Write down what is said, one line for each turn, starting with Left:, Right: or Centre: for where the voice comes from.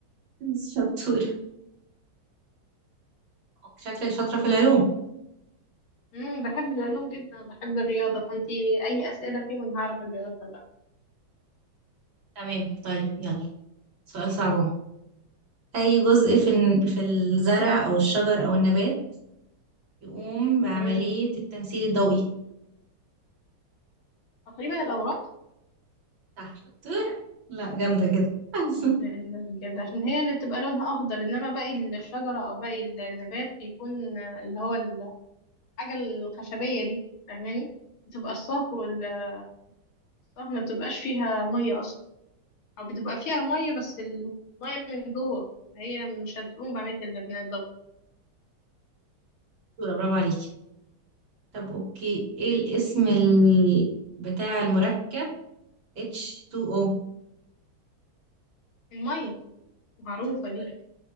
Right: <laughs> شطورة شكلك شاطره في العلوم
Left: مم. بحب العلوم جدا بحب الرياضه فانتي اي اسئله فيهم انا هعرف اجاوبها بقى
Right: تمام طيب يلا سؤال صعب أي جزء في الن- في الزرع أو الشجر أو النبات يقوم بعملية
Left: مم.
Right: التمثيل الضوئي
Left: تقريبا الاوراق
Right: صح شطورة لا جامدة جدا <laughs> اه
Left: بجد عشان هي اللي بتبقى لونها اخضر انما باقي الشجره او باقي النبات بيكون اللي هو الحاجه الخشبيه دي فاهماني بتبقى الصاف والصاف ما بتبقاش فيها ميه اصلا او بتبقى فيها ميه بس الميه من جوه هي مش هتقوم بعمليه ال- الضوء
Right: شطورة برافو عليكي طب أوكي إيه الاسم ال... بتاع المركب H2O
Left: الميه معروفه
Right: شطورة
Left: دي